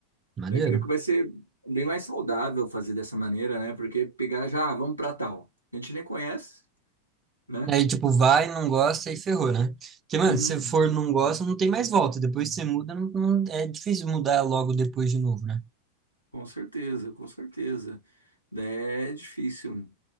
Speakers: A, on the right; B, on the left.
A: Maneiro.
B: Eu creio que vai ser bem mais saudável fazer dessa maneira, né? Porque pegar já, ah, vamos pra tal. A gente nem conhece, né?
A: Aí, tipo, vai, não gosta e ferrou, né? Porque, mano,
B: Uhum.
A: se você for não gosta, não tem mais volta. Depois que você muda, não, não- é difícil mudar logo depois de novo, né?
B: Com certeza, com certeza. Daí É difícil.